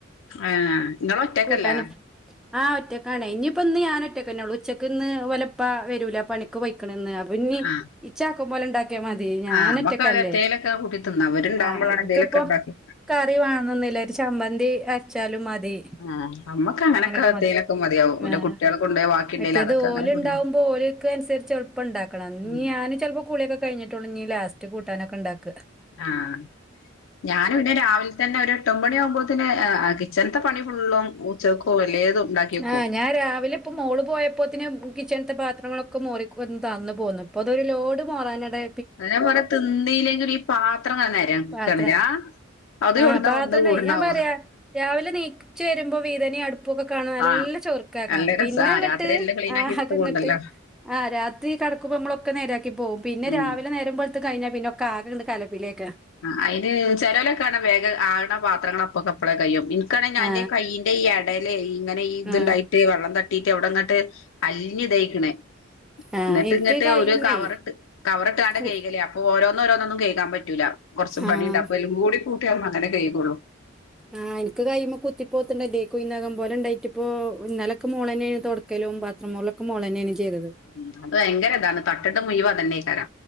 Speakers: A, on the left (about 70°); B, in the centre.
A: ഏഹ് നിങ്ങള് ഒറ്റക്കല്ലേ
B: കൂട്ടാനൊക്കെ
A: <inaudible>
B: ആഹ് ഒറ്റക്കാണ് ഇഞ്ഞിപ്പന്ന് ഞാനൊ റ്റയ്ക്കന്നൊള്ളൂ ഉച്ചക്ക്ന്ന് ഓലെപ്പവരൂല പണിക്ക് പൊയ്ക്ക്ണ്ന്ന് പിഞ്ഞി
A: ആഹ്
B: ഇച്ചാക്കംപോലെണ്ടാക്കി ക്യാ മതി ഞാനൊറ്റക്കല്ലേ
A: ആഹ് നമ്മക്ക് അത് എത്തേലൊക്കെ കൂട്ടി തിന്നാ ഇവരുണ്ടാവുമ്പളാണ്
B: ആഹ് ഇൻക്കിപ്പൊ
A: എന്തേലൊക്കെ ഇണ്ടാക്കി
B: കറി വേണന്നൊന്നില്ല ഒരു ചമ്മന്തി അര്ച്ചാലും മതി
A: ആഹ് ഞമ്മക്ക് അങ്ങനെക്കെത്തേലൊക്കെ
B: അങ്ങനൊക്കെ മതി
A: മതിയാവും പിന്നെ
B: ആ
A: കുട്ട്യാൾ കൊണ്ടായ വാക്കിണ്ടെലതൊക്കെ
B: മറ്റേത് ഓല്
A: അങ്ങനെ കൂട്ടി
B: ഉണ്ടാവുമ്പോ ഓല്ക്ക് അനുസരിച്ച് എൾപ്പണ്ടാക്കണം
A: ഉം
B: ഞാന് ചെൽപ്പോ കുളിയൊക്കെ കഴിഞ്ഞിട്ടുള്ളൂഞ്ഞ് ലാസ്റ്റ് കൂട്ടാനൊക്കെണ്ടാക്ക
A: ആഹ് ഞാന് പിന്നെ രാവിൽതന്നൊരു എട്ട് ഒമ്പെണിയകുമ്പോതിന് ഏഹ് കിച്ചൺത്തെ പണി ഫുള്ളും ഉച്ചെക്കും എല്ലേതും ണ്ടാക്കി വെക്കും
B: ആ ഞാൻ രാവിലെ ഇപ്പ മോള് പോയപ്പോത്തിന് കിച്ചൺത്തെ പാത്രങ്ങളൊക്കെ മോറി തന്നു പോന്നു പ്പൊതുവെ ലോഡ് മോറാനെടെ
A: അതിനെ പറ്യ തിന്നീല്ലെങ്കിലും ഈ പാത്രങ്ങ നെരക്കാണ്‌ലെ
B: പാത്രം
A: അതു
B: ആ
A: ഇവിടുന്നാ
B: പാത്രം
A: വന്ന് കൂടുന്നാവ
B: ഞാൻ പറയാ രാവിലെ നീച്ചു വരുമ്പൊ വീതനയ അടു പ്പൊക്കെ കാണ നല്ല
A: ആഹ്
B: ചൊറുക്കാക്ക
A: നല്ല രസാ
B: പിന്നങ്ങട്ട്
A: ആ രാത്രി എല്ലാം ക്ലീനാക്കി
B: ആകങ്ങട്ട്
A: ഇട്ട് പോണ്ടല്ലോ
B: ആഹ് രാത്രി കെടക്കുമ്പൊ ഇമ്മളൊക്കെ നേരാക്കി പോകും പിന്നെ
A: ഉം
B: രാവിലെ നേരംബെൾ ത്ത് കഴിഞ്ഞ പിന്നൊക്കെ ആകിങ്ങണ്ട് കലപിലേക്ക്
A: ആഹ് അയിന് ചെലോലൊക്കാണ് വേഗ ആള്ണ പാത്രങ്ങൾ അപ്പൊക്കെപ്പളെ കയ്യും കാണെ
B: ആ
A: ന്റെ കയ്യിന്റെ ഈ എടലേ ങ്ങനെയീതുണ്ടായിട്ട്
B: ആ
A: വള്ളം തട്ടിട്ട് അവ്ടന്നട്ട് അലിഞ്ഞ് ഇതായ്ക്കണ്
B: ആ
A: എന്നിട്ട്
B: എനിക്ക്
A: ഇങ്ങിട്ട്
B: കഴിയുമ്മേ
A: ഒരു കവറിട്ട് കവറിട്ട്കാണ്ട
B: കു
A: കൈകല് ഓരോന്ന് ഓരോന്നൊന്നും കയ്കാൻ പറ്റില്ല കൊറച്ച്
B: ആ
A: പണിണ്ട് അപ്പലും കൂടി കൂട്ടി അങ്ങനെ കയ്കൂള്ളൂ
B: ആഹ് എനിക്ക് കയ്യ്മ്മെ കുത്തിപ്പോത്തുണ്ടല്ലേ കുയ്നകം പോലെ ഇണ്ടായിട്ടിപ്പോ ഇന്നലൊക്കെ മോളെന്നെയാന്ന് തൊട ക്കലും പാത്രംമോളെക്കെ മോളന്നെയാണ് ചെയ്തത്
A: ഉം അത് ഭയങ്കര ഇതാണ് തട്ടിട്ട് മുയുവന്ന അതന്നെയ്ക്കാരാ